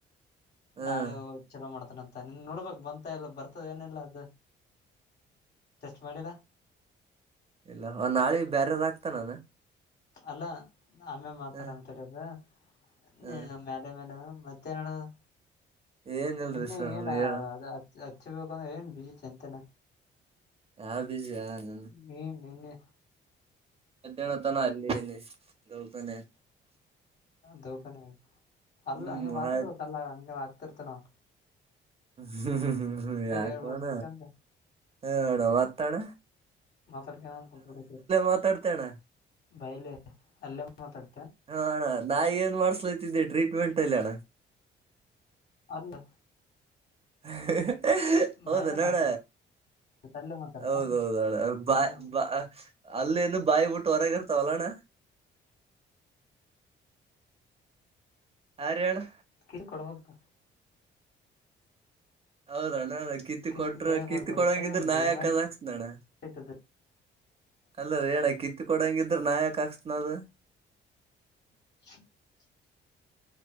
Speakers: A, on the right (about 30°); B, on the left (about 55°).
A: ಹ್ಮ್
B: ನಾಳೆ <unintelligible> ಚಾಲೋ ಮಾಡ್ತಾರ್ ಅಂತ ನೀನ್ ನೋಡ್ಬೇಕ್ ಬಂತ ಇಲ್ಲ ಬರ್ತದ ಏನಿಲ್ಲ ಅದು ಟೆಸ್ಟ್ ಮಾಡಿಲ್ಲ.
A: ಇಲ್ಲ ನಾಳೆ ಬೆರೆವರು <unintelligible>
B: ಅಲ್ಲ ಆಮೆಗ್ ಮಾತಾಡಂ
A: ಹ
B: ತಡಿ ಇಗ. <unintelligible>
A: ಹ ಏನಲ್ರಿ
B: ನಿನ್ನೆ
A: ಸರ್
B: ಏನ
A: ಹೇಳ
B: ಅದ ಹಚ್ಚಬೇಕಂದ್ರೆ ಏನ್ ಬಿಜಿ ಚಂತನ.
A: ಯಾವ ಬಿಜಿ ಯಾ ನಿನ್.
B: ನೀ ನಿನ್ನೆ.
A: ಅಂತ ಹೇಳತಾನ ಅಲ್ಲೇ ಇಲ್ಲಿ ಹೋತನೆ.
B: ದೂಖನ ಅಲ್ಲ
A: ಹ್ಮ್
B: ಹಂಗೆ ಮಾತಾಡ್ಬೇಕ
A: ಆಯ್ತು
B: ಅಲ್ಲಾ ಹಂಗೆ ಆಗ್ತಿರ್ತ ನಾವ
A: ಹ್ಮ್ ಯಾಕಣ
B: ಏರ್ಬಡ್ಸ್ ಹಾಕ್ಯಂದ
A: ಅಣ್ಣ ಒತ್ತಣ.
B: ಮಾತಾಡ್ಕ್ಯಾಂದ್ ಕುತ್ಬಿಡದು
A: ಮಾತಾಡ್ತೆ ಅಣ್ಣ
B: ಬಾಯ್ಲಿ ಅಲ್ಲೇನ್ ಮಾತಾಡ್ತ್ಯ.
A: ಹಾ ಅಣ್ಣ ನಾ ಏನ್ ಮಾಡ್ಸಲಿ ಅಂತಿದ್ದೆ ಟ್ರೀಟ್ಮೆಂಟ್ ಅಲ್ಲಿ ಅಣ್ಣಾ.
B: ಅಂದ್
A: ಹಾ ಹಾ ಹೌದಾ
B: ಬಾಯ್ಲೆ
A: ನೋಡ
B: ಮಾತಾಡ್ ಅಲ್ಲೇ ಮಾತಾಡ್ತ
A: ಹೌದೌದ ಬ
B: ಹ್ಮ್
A: ಬ - ಅಲ್ಲೇಏನು ಬಾಯಿ ಬಿಟ್ಟು ಹೊರಗೆ ಇರ್ತಾವಲ್ಲ ಅಣ್ಣ. ಯಾರ್ ಹೇಳು.
B: ಕಿರ್ಕಡ ಹಬ್ಬ
A: ಹೌದಣ್ಣ ಕಿತ್ತಿ
B: ಕಿತ್ತು
A: ಕೊಟ್ರ
B: ಕೈಯಾಗ
A: ಕಿತ್ತ್
B: ಕೊಡ್ಬೇಕಾಯ್ತು
A: ಕೊಡಂಗಿದ್ರ ನಾ
B: ರೆಡಿ
A: ಯಾಕಅದ
B: ಮಾಡಿ
A: ಹಾಕ್ಸನಣ್ಣ.
B: ಇಟ್ಟಿದ್ದ
A: ಅಲ್ಲ ಲೇ ಅಣ್ಣ ಕಿತ್ತ ಕೊಡಂಗಿದ್ರ ನಾ ಯಕ್ ಹಾಕ್ಸ್ನ್ಅದು.
B: <inaudible>